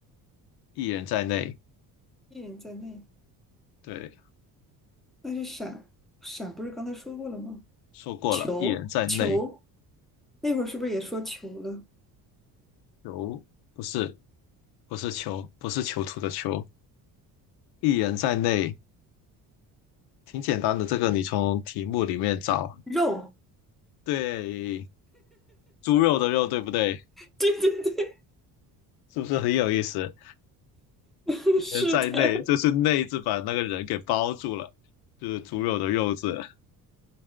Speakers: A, on the left; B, in the centre.
A: 一人在内。
B: 一人在内，
A: 对，
B: 那是闪闪，不是刚才说过了吗？
A: 说过了，
B: 球球，
A: 一人在内。
B: 那会儿是不是也说球了？
A: 囚不是不是囚，不是囚徒的囚，一人在内，挺简单的。这个你从题目里面找，
B: 肉，
A: 对，猪肉的肉，对不对？
B: 对对对，
A: 是不是很有意思？
B: <laughs> 是的，
A: 人在内，就是内字把那个人给包住了，就是猪肉的肉字，